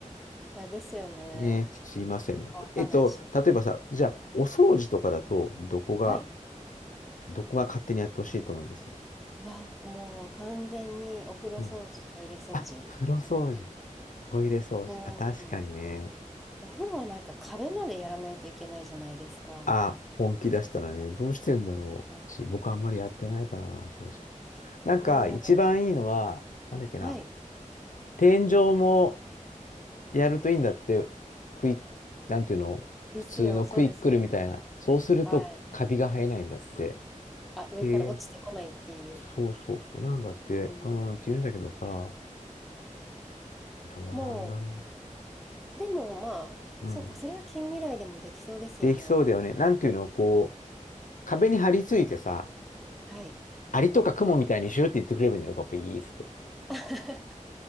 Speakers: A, in the centre; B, on the left.
A: いや、ですよね。
B: ねえ、すいません。なんか、
A: 乾かないし。
B: えっと、例えばさ、じゃあ、お掃除とかだと、どこが、
A: はい。
B: どこが勝手にやってほしいと思います
A: うわ、もう完全にお風呂掃除、
B: うん。
A: トイレ掃除。
B: あ、風呂掃除、トイレ掃除。
A: もう、
B: あ、確かにね。
A: お風呂はなんか壁までやらないといけないじゃないですか。
B: あ、本気出したらね、どうしてんだろうし、
A: はい
B: 僕あんまりやってないからな、正直。なんか、
A: も
B: 一番いいのは、なんだっけな、
A: う、はい。
B: 天井もやるといいんだって、クイッ、なんていうの、
A: ですよ、
B: 普通のクイックルみたいな。
A: そうですよ。
B: そうすると、
A: はい。
B: カビが生えないんだって。
A: あ、上から落ちてこないっていう。
B: へえ、そうそうそう、なんだって、
A: うん。
B: うん、って言うんだけどさ、どうなんだろ
A: もう、でもまあ、
B: うな。
A: そうか、
B: うん。
A: それは近未来でもできそうですよね。
B: できそうだよね。なんていうの、こう、壁に張り付いてさ、
A: はい。
B: アリとかクモみたいにシューって言ってくれればいいんだよ、パパ、いいっつって。
A: <laughs>